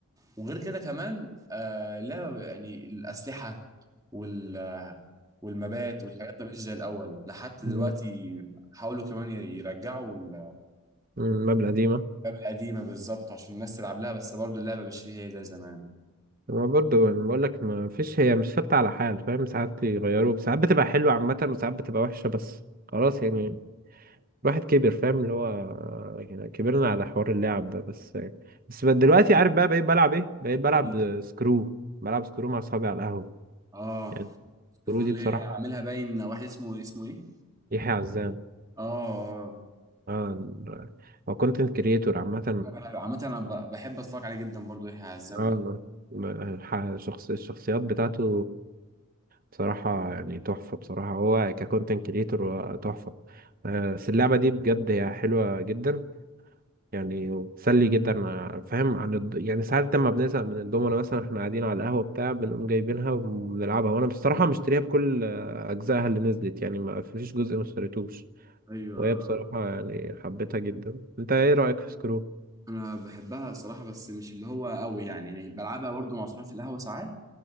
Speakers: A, on the right; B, on the right.
A: وغير كده كمان آه اللعبه بقى- يعني الاسلحه وال والمبات والحاجات ما بقتش زي الاول لحد دلوقتي
B: مم.
A: حاولوا كمان يرجعوا اللعبه
B: مم. مبلغ قديمة
A: القديمه بالظبط عشان الناس تلعب لها بس برضو اللعبه مش هي هي زي زمان
B: ما برضو انا بقول لك ما فيش هي مش ثابته على حال فاهم ساعات يغيروا ساعات بتبقى حلوه عامه وساعات بتبقى وحشه بس خلاص يعني الواحد كبر فاهم اللي هو يعني كبرنا على حوار اللعب ده بس يعني. بس بقى دلوقتي عارف بقى بقيت بلعب ايه بقيت بلعب
A: مم.
B: سكرو بلعب سكرو مع اصحابي على القهوه
A: اه
B: يعني
A: سكرول
B: سكرو دي
A: اللي
B: بصراحه
A: هي عاملها باين واحد اسمه إيه؟ اسمه ايه
B: يحيى عزام
A: اه اه
B: اه هو كونتنت كريتور عامه
A: انا بح- عامه انا ب- بحب اتفرج عليه جدا برضو يحيى عزام
B: اه
A: ده
B: الح- شخص الشخصيات بتاعته بصراحة يعني تحفة بصراحة هو ككونتنت كريتور هو تحفة آه، بس اللعبة دي بجد هي حلوة جدا يعني وبتسلي جدا آه، فاهم عن الد... يعني ساعات لما بنزهق من الدومنة مثلا احنا قاعدين على القهوة بتاع بنقوم جايبينها وبنلعبها وانا بصراحة مشتريها بكل آه، أجزائها اللي نزلت يعني ما فيش جزء ما اشتريتوش
A: ايوه
B: وهي
A: آه،
B: بصراحة
A: آه.
B: يعني حبيتها جدا انت ايه رأيك في سكرو؟
A: انا بحبها صراحه بس مش اللي هو قوي يعني يعني بلعبها برضو مع صحابي في القهوه ساعات